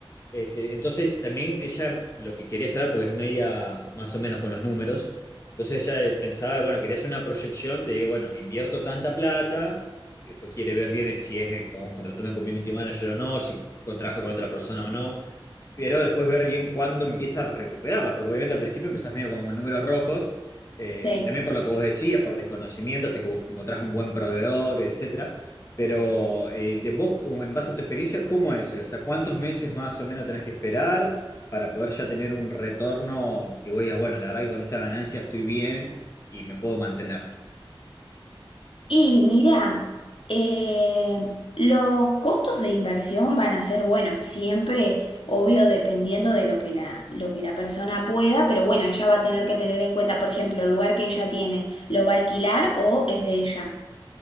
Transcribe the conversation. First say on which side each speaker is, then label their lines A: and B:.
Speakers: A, on the left; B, on the left.
A: Este, entonces, también ella lo que quería saber, porque es media más o menos con los números, entonces ella eh, pensaba, bueno, quería hacer una proyección de, bueno, invierto tanta plata, y después quiere ver bien eh, si es eh, como contratando un community manager o no, si contrajo con otra persona o no pero después ver bien cuándo empieza a recuperarla, porque obviamente al principio empezás medio con números rojos, eh,
B: sí.
A: también por lo que vos decías, por desconocimiento, hasta que vos encontrás un buen proveedor, etcétera. Pero eh, de vos, como en base a tu experiencia, ¿cómo es? O sea, ¿cuántos meses más o menos tenés que esperar para poder ya tener un retorno que vos digas, bueno, la verdad que con esta ganancia estoy bien y me puedo mantener?
B: Y mira, eh, los costos de inversión van a ser, bueno, siempre, obvio, dependiendo de lo que la, lo que la persona pueda, pero bueno, ella va a tener que tener en cuenta, por ejemplo, el lugar que ella tiene, ¿lo va a alquilar o es de ella?